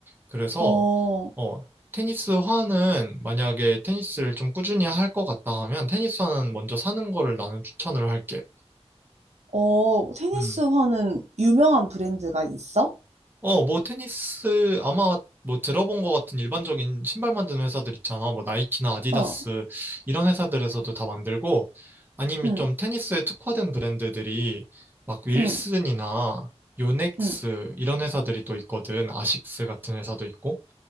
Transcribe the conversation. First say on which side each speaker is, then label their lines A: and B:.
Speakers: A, on the right; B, on the right.
A: 그래서
B: 어,
A: 어 테니스화는 만약에 테니스를 좀 꾸준히 할 것 같다 하면 테니스화는 먼저 사는 거를 나는 추천을 할게.
B: 어, 테니스
A: 음.
B: 화는 유명한 브랜드가 있어?
A: 어, 뭐 테니스 아마 뭐 들어본 것 같은 일반적인 신발 만드는 회사들 있잖아. 뭐 나이키나 아디다스
B: 어,
A: 이런 회사들에서도 다 만들고 아니면
B: 음,
A: 좀 테니스에 특화된 브랜드들이 막 윌슨이나
B: 음,
A: 요넥스
B: 음,
A: 이런 회사들이 또 있거든. 아식스 같은 회사도 있고.